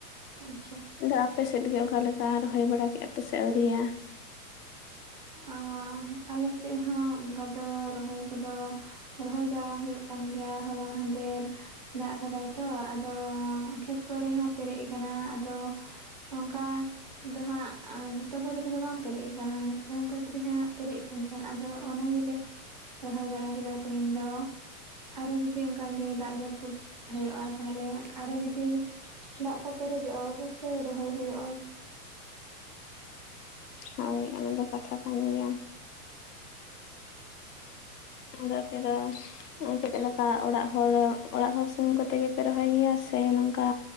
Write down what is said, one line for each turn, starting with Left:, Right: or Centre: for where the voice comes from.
Right: ᱟᱪᱪᱷᱟ
Left: ᱟᱫᱚ ᱟᱯᱮ ᱥᱮᱫ ᱜᱮ ᱚᱠᱟ ᱞᱮᱠᱟ ᱨᱚᱦᱚᱭ ᱵᱟᱲᱟ ᱠᱮᱫᱼᱟ ᱯᱮ ᱥᱮ ᱟᱹᱣᱨᱤᱭᱟ
Right: ᱟᱸᱹ ᱟᱞᱮ ᱥᱮᱫ ᱦᱚᱸ ᱚᱱᱠᱟ ᱫᱚ ᱨᱚᱦᱚᱭ ᱠᱚ ᱫᱚ ᱨᱚᱦᱚᱭ ᱵᱟᱲᱟ ᱦᱩᱭᱩᱜ ᱠᱟᱱ ᱜᱮᱭᱟ ᱦᱚᱞᱟ ᱢᱟᱦᱽᱫᱮᱨ ᱫᱟᱜ ᱟᱠᱟᱫᱟᱭ ᱛᱚ ᱟᱫᱚ ᱠᱷᱮᱛ ᱠᱚᱨᱮ ᱦᱚᱸ ᱯᱮᱨᱮᱡ ᱟᱠᱟᱱᱟ ᱟᱫᱚ ᱚᱝᱠᱟ ᱫᱚ ᱦᱟᱸᱜ ᱡᱷᱚᱛᱚ ᱵᱟᱹᱫᱽ ᱨᱮ ᱫᱚ ᱵᱟᱝ ᱯᱮᱨᱮᱡ ᱟᱠᱟᱱᱟ ᱢᱤᱫ ᱴᱟᱝ ᱵᱟᱹᱫᱽ ᱨᱮ ᱦᱟᱸᱜ ᱯᱮᱨᱮᱡ ᱠᱟᱱ ᱛᱟᱦᱮᱸᱱ ᱟᱫᱚ ᱚᱱᱟ ᱜᱮ ᱞᱮ ᱨᱚᱦᱚᱭ ᱵᱟᱲᱟ ᱠᱮᱫᱟ ᱛᱮᱦᱮᱧ ᱫᱚ ᱟᱨᱚ ᱡᱩᱫᱤ ᱚᱱᱠᱟ ᱜᱮ ᱫᱟᱜ ᱡᱟᱹᱯᱩᱫ ᱦᱩᱭᱩᱜᱼᱟ ᱛᱟᱦᱚᱞᱮ ᱦᱟᱸᱜ ᱟᱨᱚ ᱡᱩᱫᱤ ᱫᱟᱜ ᱠᱚ ᱯᱮᱨᱮᱡᱚᱜᱼᱟ ᱚᱵᱚᱥᱥᱳᱭ ᱨᱚᱦᱚᱭ ᱦᱩᱭᱩᱜᱼᱟ
Left: ᱦᱳᱭ ᱚᱱᱟᱫᱚ ᱠᱟᱛᱷᱟ ᱠᱟᱱ ᱜᱮᱭᱟ ᱟᱫᱚ ᱟᱯᱮ ᱫᱚ ᱪᱮᱫ ᱞᱮᱠᱟ ᱚᱲᱟᱜ ᱦᱚᱲ ᱚᱲᱟᱜ ᱦᱚᱲ ᱥᱩᱢᱩᱝ ᱠᱚᱛᱮ ᱜᱮ ᱯᱮ ᱨᱚᱦᱚᱭ ᱜᱮᱭᱟ ᱥᱮ ᱱᱚᱝᱠᱟ